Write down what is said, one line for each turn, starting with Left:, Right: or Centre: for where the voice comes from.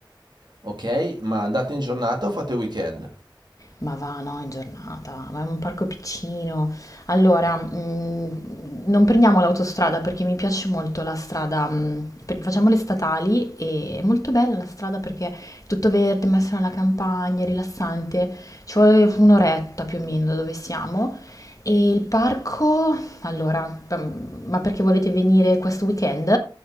Right: ok, ma andate in giornata o fate weekend?
Left: Ma va, no, in giornata, ma è un parco piccino. Allora, mh, non prendiamo l'autostrada perché mi piace molto la strada, mh, per- facciamo le statali e è molto bella la strada perché è tutto verde, messa nella campagna, è rilassante. Ci vuole un'oretta più o meno da dove siamo. E il parco, allora, mm, ma perché volete venire questo weekend?